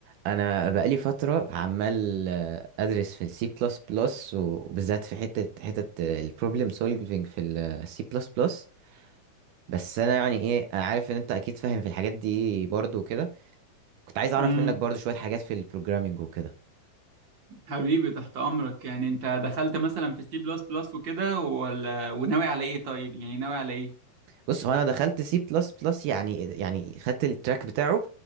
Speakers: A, on the right; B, on the right.
A: انا بقالي فتره عمال آه، ادرس في السي بلس بلس وبالذات في حته حته البروبلم سولفينج في السي بلس بلس بس انا يعني ايه انا عارف ان انت اكيد فاهم في الحاجات دي برضو وكده كنت عايز اعرف
B: امم
A: منك برضو شويه حاجات في البروجرامينج وكده
B: حبيبي تحت امرك يعني انت دخلت مثلا في سي بلس بلس وكده ولا وناوي على ايه طيب يعني ناوي على ايه
A: بص هو انا دخلت سي بلس بلس يعني يعني خدت التراك بتاعه